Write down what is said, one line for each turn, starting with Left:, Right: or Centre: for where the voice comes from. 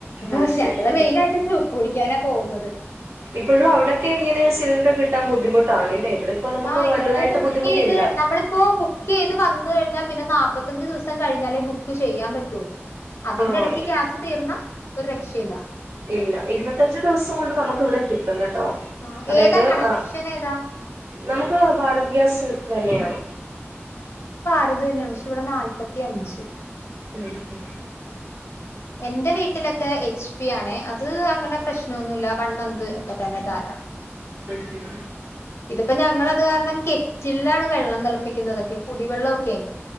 Left: ഓ
Right: അത് ശരി
Left: ഞങ്ങള് മെയിനായിട്ട് സൂപ്പ് കുടിക്കാനാ പൊ പോവുന്നത്
Right: ഇപ്പഴും അവിടൊക്കെ ഇങ്ങനെ സിലിണ്ടർ കിട്ടാൻ ബുദ്ധിമുട്ടാണ്ല്ലേ ഇവിടെ ഇപ്പോ നമുക്ക്
Left: ആഹ്
Right: വലുതായിട്ട്
Left: ഇവിടെ ബുക്കെയ്ത്
Right: ബുദ്ധിമുട്ടില്ല
Left: നമ്മളിപ്പോ ബുക്കെയ്ത് വന്ന് കഴിഞ്ഞാ പിന്നെ നാപ്പത്തഞ്ച ദിസ കഴിഞ്ഞാലേ ബുക്ക് ചെയ്യാൻ പറ്റുള്ളൂ അതിന്റെ
Right: ആഹ്
Left: ഇടയ്ക്ക് ഗ്യാസ് തീർന്ന ഒരു ര ഷില
Right: ഇല്ല ഇരുപത്തഞ്ച് ദിവസം കൊണ്ട് നമുക്ക് ഇവിടെ കിട്ടും കേട്ടോ
Left: ആഹ്
Right: അതായത്
Left: ഏതാ കണക്ഷനേതാ
Right: ആഹ് നമുക്ക് ഭാരത് ഗ്യാസ് തന്നെയാണ്
Left: ട്ടതെന്ന പക്ഷെ ഇവിടെ നാല്പ്പത്തിയഞ്ച്
Right: ഉം ഉം
Left: എന്റെ വീട് ലൊക്കെ എച്ച് പി ആണെ. അത് അങ്ങനെ പ്രശ്നൊന്നുല്ല വൺ മന്ത് ഒക്കെ തന്നെ ധാരാളം
Right: ഉംഹ്
Left: ഇതിപ്പ ഞങ്ങളത് കാരണം കെറ്റിലാണ് വെള്ളം തിളപ്പിക്കുന്നതൊക്കെ കുടിവെള്ളൊക്കെ.